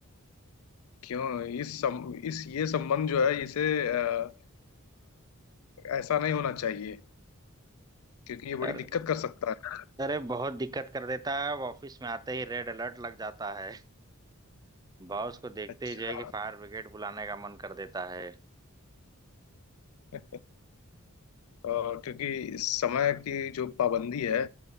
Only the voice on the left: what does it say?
क्यों इस सम, इस ये संबंध जो है इसे आ, ऐसा नहीं होना चाहिए क्योंकि ये
बड़ी दिक्कत कर सकता है
अच्छा
<laughs> आ, क्योंकि समय की जो पाबंदी है